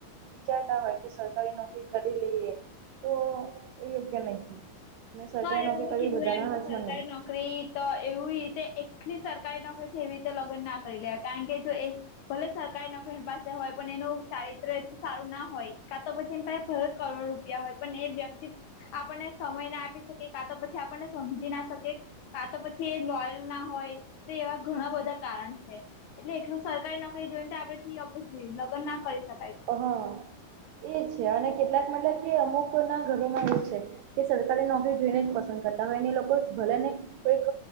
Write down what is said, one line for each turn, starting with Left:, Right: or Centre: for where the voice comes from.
Right: વિચારતા હોય કે સરકારી નોકરી કરી લઈએ તો એ યોગ્ય નયથી મેં સરકારી
Left: હા એ
Right: નોકરી
Left: તમે
Right: કરવી
Left: કીધું
Right: બધા
Left: એમ
Right: ના
Left: કે
Right: હાથમા
Left: સરકારી
Right: નય
Left: નોકરી તો એવી રીતે એકલી સરકારી નોકરી છે, એવી રીતે લગ્ન ના કરી લે કારણ કે જો એ ભલે સરકારી નોકરીની પાસે હોય પણ એનું ચારિત્ર એટલું સારું ના હોય કા તો પછી એ ભલે કરોડો <unintelligible> હોય પણ એ વ્યક્તિ આપણને સમય ના આપી શકે કા તો પછી આપણને સમજી ના શકે. મ કાં તો પછી એ લોયલ ના હોય તો એવા ઘણા બધા કારણ છે, એટલે એટલું સરકારી ન આપ જોઈને તો, આપડે ઓબ લગ્ન ના કરી શકાય.
Right: હા, એ છે, અને કેટલાક મતલબ કે, અમુકો ના ઘરોમાં એવું છે. કે સરકારી નોકરી જોઈને, જ પસંદ કરતા હોય, એને એ લોકો ભલેને. કોઈક